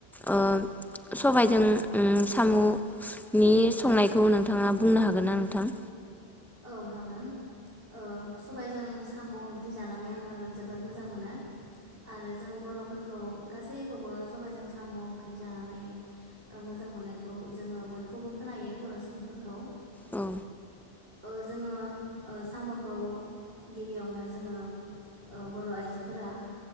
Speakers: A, in the centre; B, on the right (about 65°).
A: ओ सबाइजों उम सामु नि संनायखौ नोंथाङा बुंनो हागोनना नोंथां?
B: औ हागोन ओ सबायजों साम' ओंख्रि जानानै आङो जोबोर मोजां मोनो आरो जों बर'फोरखौ गासैखौबो सबायजों साम' ओंख्रि जानानै मोजां मोननायखौ जोङो बयखौबो खोनायो बर' सुबुंफोरखौ
A: औ
B: ओ जोङो ओ साम'खौ गिबियावनो जोङो ओ बर' आइजोफोरा